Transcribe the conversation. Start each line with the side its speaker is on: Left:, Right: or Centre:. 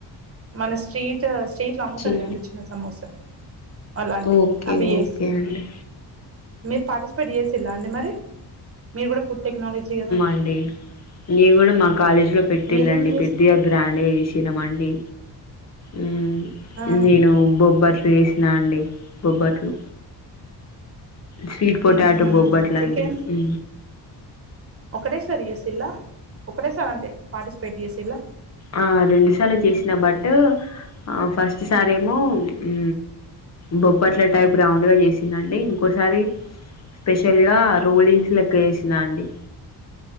Right: మన స్ట్రీటర్స్ స్ట్రీట్ లో అమ్ముతారు
Left: చిన్
Right: కదండి చిన్న సమోసా అలాంటివి
Left: ఓకే
Right: అవి జెస్
Left: ఓకే అండి
Right: మీరు పార్టిసిపేట్ చేసిల్లా అండి మరి మీరు కూడా ఫుడ్ టెక్నాలజీ కదా
Left: అండి నేను కూడా మా కాలేజీ లో పెట్టిళ్ళండి
Right: మీరేం చేసి
Left: పెద్దిగా గ్రాండ్గా చేసినమండి ఉ
Right: ఆ
Left: నేను బొబ్బట్లు వేస్ నాండి బొబ్బట్లు స్వీట్ పొటాటో
Right: ఉహు
Left: బొబ్బట్లండి
Right: చికెన్
Left: ఉ
Right: ఒకటేసారి చేసిల్లా ఒకటేసార్ అంటే పార్టిసిపేట్ చేసిల్లా
Left: ఆ రెండు సార్లు చేసిన బట్ ఆ ఫస్ట్ సారేమో ఉ బొబ్ప్పట్ల టైప్ రౌండ్ గా చేసిందండి ఇంకోసారి స్పెషల్గా రోలింగ్స్ లెక్క చేసిన అండి